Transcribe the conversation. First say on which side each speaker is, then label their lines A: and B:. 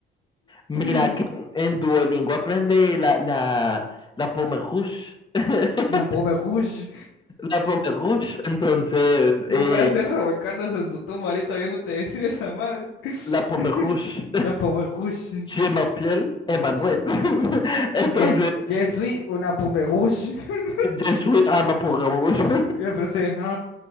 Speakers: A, on the left; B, on the left.
A: Mira
B: Y
A: que en Duolingo aprende la, la, la Pomerrush. <laughs>
B: La pomme rouge.
A: la Pomerrush, entonces,
B: Y
A: eh,
B: un francés revolcándose en su tumba ahorita viéndote decir esa madre.
A: la Pomerrush.
B: <laughs> La Pomerrush.
A: Je m'appelle Emmanuel. <laughs> entonces,
B: Eh, je suis una Pomerrush. <laughs>
A: je suis una Pomerrush. <laughs>
B: Y me ajá,